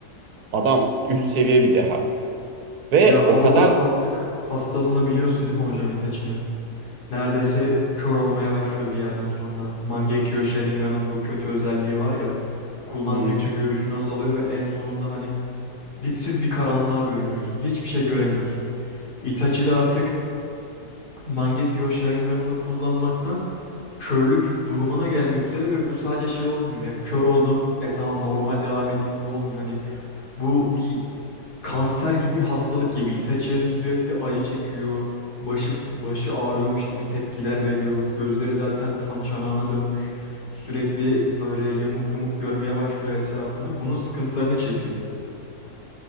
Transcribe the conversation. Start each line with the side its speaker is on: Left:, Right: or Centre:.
Right: Adam üst seviye bir deha. Ve
Left: Ya orada
Right: o kadar
Left: artık hastalığını biliyorsun değil mi hocam Itachi'nin? Neredeyse kör olmaya başlıyor bir yerden sonra. Mangekyo Sharingan'ın bu kötü özelliği var ya. Kullandıkça
Right: Hmm.
Left: görüşün azalıyor ve en sonunda hani dipsiz bir karanlığa bürünüyorsun. Hiçbir şey göremiyorsun. Itachi de artık Mangekyo Sharingan'ını kullanmaktan körlük durumuna gelmek üzere ve bu sadece şey olmuyor. Ya kör oldum. E tamam normal devam edeyim gibi olmuyor. Hani bu bir kanser gibi bir hastalık gibi. Itachi hani sürekli acı çekiyor. Başı başı ağrıyormuş gibi tepkiler veriyor. Gözleri zaten kan çanağına dönmüş. Sürekli böyle yamuk yumuk görmeye başlıyor etrafını. Bunun sıkıntılarını çekiyor.